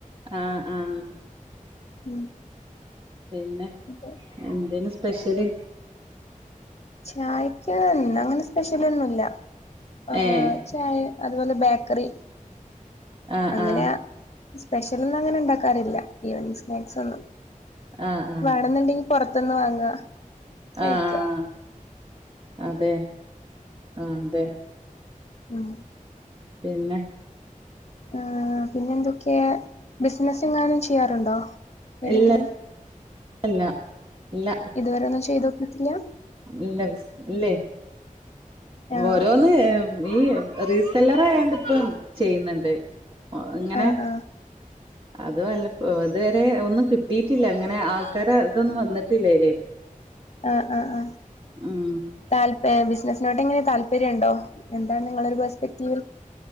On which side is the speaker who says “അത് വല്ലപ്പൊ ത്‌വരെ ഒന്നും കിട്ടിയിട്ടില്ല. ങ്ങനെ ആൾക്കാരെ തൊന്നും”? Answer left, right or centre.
Right